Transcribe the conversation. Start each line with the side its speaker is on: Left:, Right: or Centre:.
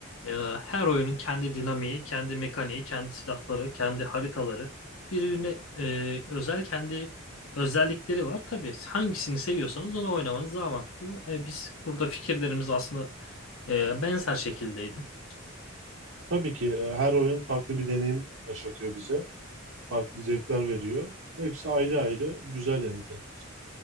Left: e, her oyunun kendi dinamiği, kendi mekaniği, kendi silahları, kendi haritaları, birbirine e, özel kendi özellikleri var. Tabii hangisini seviyorsanız onu oynamanız daha mantıklı. E, biz burada fikirlerimiz aslında e, benzer şekildeydi.
Right: Tabii ki e, her oyun farklı bir deneyim yaşatıyor bize. Farklı zevkler veriyor. Hepsi ayrı ayrı güzel yani kendi için.